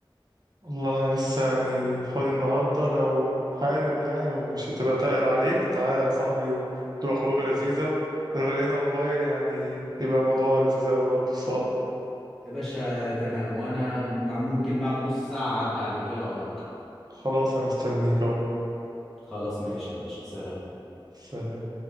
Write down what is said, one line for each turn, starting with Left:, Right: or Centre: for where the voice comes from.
Right: والله انا لسه يعني فاضي النهارده لو حابب يعني ومش هتبقى تقل عليك تعالى يا صاحبي وتبقى خروجه لذيذة ولو لقينا موبايل يعني يبقى موضوع لذيذ قوي برضه الصراحة
Centre: يا باشا تمام وانا ممكن بعد نص ساعة اعدي عليك ايه رأيك
Right: خلاص انا مستنيك اهو
Centre: خلاص ماشي يا باشا سلام
Right: سلام